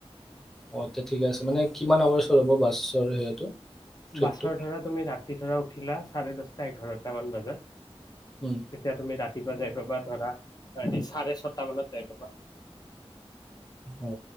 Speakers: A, in the centre; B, on the left.
A: অ তেয়া ঠিকে আছে, মানে কিমান হৌৰাছ হ'ব? বাছ সেয়াটো? ট্ৰিপটো
B: বাছৰ ধৰা তুমি ৰাতি ধৰা উঠিলা চাৰে দশ এঘাৰটা মান বজাত,
A: উম
B: তেতিয়া তুমি ৰা ৰাতিপুৱা যাই পাবা ধৰা চাৰে ছয়টা মানত যাই পাবা।
A: অ